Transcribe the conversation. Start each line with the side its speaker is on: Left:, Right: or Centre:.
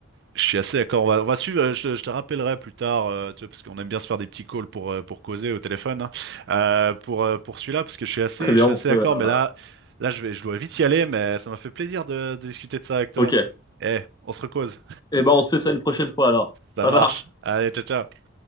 Right: je suis assez d'accord. On va, on va suivre. euh, Je, te je te rappellerai plus tard, euh, tu vois, parce qu'on aime bien se faire des petits calls pour euh, pour causer au téléphone. hein. Euh, pour euh, pour celui-là, parce que je suis assez,
Left: Très
Right: je
Left: bien,
Right: suis
Left: on
Right: assez
Left: fait.
Right: d'accord.
Left: euh,
Right: Mais là, là, je vais, je dois vite y aller. Mais ça m'a fait plaisir de, de discuter de ça avec toi.
Left: ok.
Right: Eh, on se recose.
Left: Eh ben on se fait ça une prochaine fois alors. Ça
Right: Ça marche.
Left: marche.
Right: Allez, ciao, ciao.